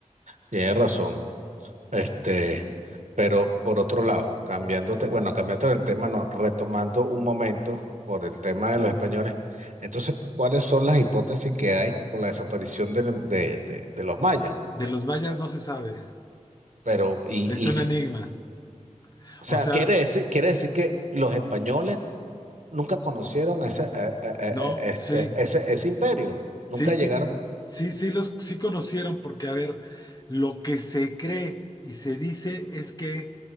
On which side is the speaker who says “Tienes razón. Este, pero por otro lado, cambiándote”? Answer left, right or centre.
Right